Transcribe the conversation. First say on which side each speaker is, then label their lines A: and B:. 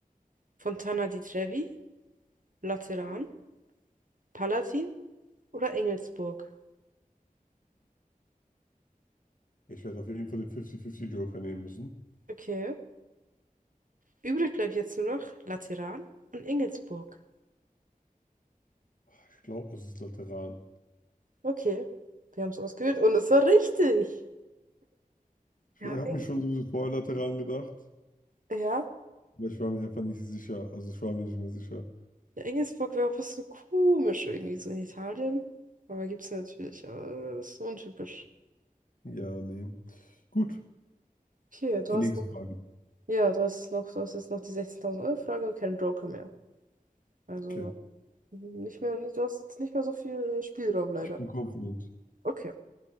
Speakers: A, on the right; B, on the left.
A: Fontana di Trevi, Lateran, Palatin oder Engelsburg?
B: Ich werde auf jeden Fall den 50-50-Joker nehmen müssen.
A: Okay. Übrig bleibt jetzt nur noch Lateran und Engelsburg.
B: Ah, Ich glaube, es ist Lateran.
A: Okay, wir haben es ausgewählt und es war richtig.
B: Ich,
A: Ja,
B: ich habe mich schon so vorher Lateran gedacht,
A: ja.
B: aber ich war mir einfach nicht sicher. Also ich war mir nicht mehr sicher.
A: Ja, Engelsburg wäre auch ein bisschen komisch irgendwie so in Italien. Aber gibt's ja natürlich. Aber das ist untypisch.
B: Ja, nee. Gut,
A: Okay, du
B: die
A: hast
B: nächste
A: noch,
B: Frage.
A: ja, du hast noch, du hast jetzt noch die 16.000-Euro-Frage und keinen Joker mehr. Also
B: Okay.
A: nicht mehr, du hast jetzt nicht mehr so viel Spielraum leider.
B: Ich bin confident.
A: Okay.